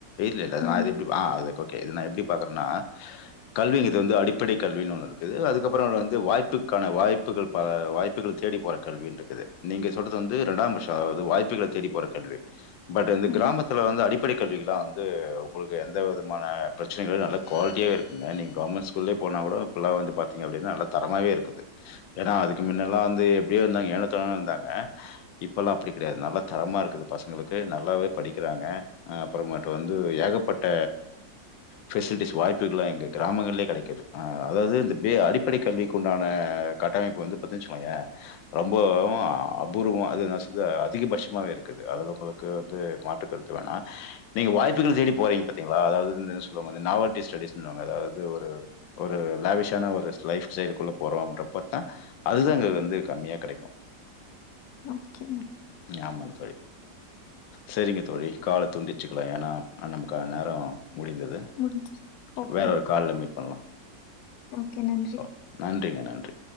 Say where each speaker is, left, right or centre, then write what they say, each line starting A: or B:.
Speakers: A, on the left; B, on the left.
A: இல்ல இல்ல அதது நா
B: ம்.
A: அத எப்டி அ ஓகே இத நா எப்டி பாக்குறேன்னா கல்வி இது வந்து அடிப்படை கல்வின்னு ஒன்னு இருக்குது அதுக்கப்பறோ வந்து வாய்ப்புக்கான வாய்ப்புகள் பல வாய்ப்புகள் தேடி போற கல்வினு இருக்குது நீங்க சோ சொல்றது வந்து ரெண்டாம் பஷ்ஷோ வாய்ப்புகள தேடி போற கல்வி பட் வந்து
B: ம்.
A: கிராமத்துல வந்து அடிப்படை கல்விக்லா வந்து து உங்களுக்கு எந்த விதமான பிரச்சனைகள் நல்ல குவால்டிலயாவே இருக்குங்க நீங்க கவர்மெண்ட் ஸுகுல்லே போனா கூட இப்பலா பாத்தீங்கனா அப்டினா நல்லா தரமாவே இருக்குது ஏன்னா அதுக்கு முன்னல்லா வந்து எப்டியோ இருந்தாங்க ஏனோதாநோனு இருந்தாங்க இப்பெல்லா அப்டி கெடையாது நல்லா தரமா இருக்குது பசங்களுக்கு நல்லாவே படிக்கிறாங்க அப்புறமாட்டு வந்து ஏகப்பட்ட ஃபெசிலிட்டிஸ் வாய்ப்புகலா எங்க கிராமங்கள்லே கெடைக்கிது அதாவது இந்த பே அடிப்படை கல்விக்கு உண்டான கட்டமைப்பு வந்து பாத்துனச்சுக்கோங்களே ரொம்ப அபூர்வோ அது ந அதிகபட்சமாகவே இருக்குது க்குது அதல உங்களுக்கு வந்து மாற்று கருத்து வேணா நீங்க வாய்ப்புகள் தேடி போறீங்க பாத்தீங்களா அதாவது து என்ன சொல்லுவாங்க நாவல்டி ஸ்டடிஸ்னு <unintelligible> அதாவது ஒரு ஒரு லாவிஷான ஒரு லைஃப் ஸ்டைல்க்குள்ள போறோ அப்டின்றப்பத்தா அதுதா இங்க வந்து கம்மியா கெடைக்கு
B: ஓகேங்அ.
A: ஆமாங்க தோழி. சரிங்க தோழி கால துண்டிச்சுக்கலா ஏன்னா ஆ நமக்கான நேரோ முடிந்தது
B: முடிஞ்சுச்சு. ஓகே.
A: வேற ஒரு கால்ல மீட் பண்ணலா
B: ஓகே. நன்றி.
A: அ நன்றிங்க நன்றி